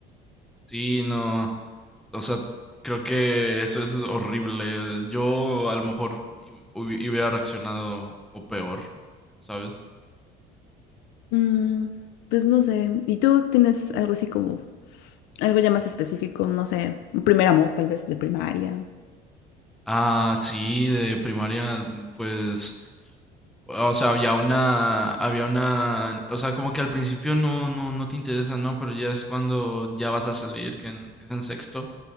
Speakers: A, in the centre; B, on the left (about 75°).
A: sí, no, o sea, creo que eso es horrible. Yo a lo mejor hubi- hubiera reaccionado o peor, ¿sabes?
B: Mm, pues no sé. ¿Y tú tienes algo así como, algo ya más específico? No sé, un primer amor tal vez de primaria.
A: Ah, sí, de primaria, pues O sea, había una, había una, o sea, como que al principio no, no, no te interesa, ¿no? Pero ya es cuando ya vas a salir, que, en- que es en sexto,